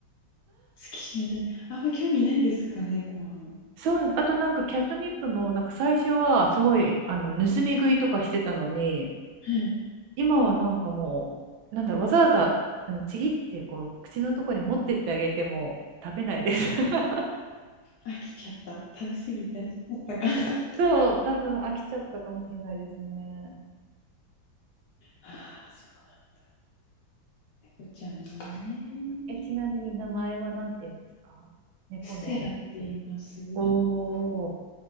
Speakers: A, on the left; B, on the right.
A: 好きじゃない。あんま興味ないんですかね、ご飯。
B: そうなんです。あとなんかキャットニップもなんか最初はすごいあの盗み食いとかしてたのに
A: はい。
B: 今はなんかもうなんだろうわざわざあのちぎってこう口のとこに持ってってあげても食べないです。<laughs>
A: 飽きちゃった。食べ過ぎて飽きちゃったかな。<laughs>
B: そう多分飽きちゃったかもしれないですね。
A: ああ、そうなんだ。猫ちゃんね。
B: え、ちなみに名前は何て言うんですか猫の。
A: ステラって言います。
B: おお、